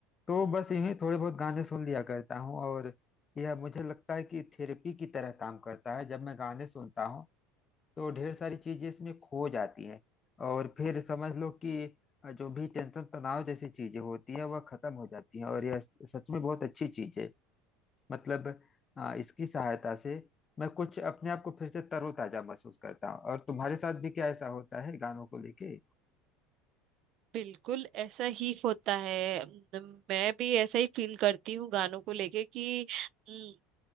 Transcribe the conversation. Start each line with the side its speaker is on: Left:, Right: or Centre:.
Left: तो बस यूं ही थोड़े बहुत गाने सुन लिया करता हूँ और यह मुझे लगता है कि थेरेपी की तरह काम करता है जब मैं गाने सुनता हूँ तो ढेर सारी चीजें इसमें खो जाती हैं और फिर समझ लो कि जो भी टेंशन तनाव जैसी चीजें होती है वह खत्म हो जाती हैं और यह सच में बहुत अच्छी चीज है मतलब अ, इसकी सहायता से मैं कुछ अपने आप को फिर से तरोताजा महसूस करता हूँ और तुम्हारे साथ भी क्या ऐसा होता है गानों को लेके
Right: बिल्कुल ऐसा ही होता है म- मैं भी ऐसा ही फील करती हूँ गानों को लेके कि म,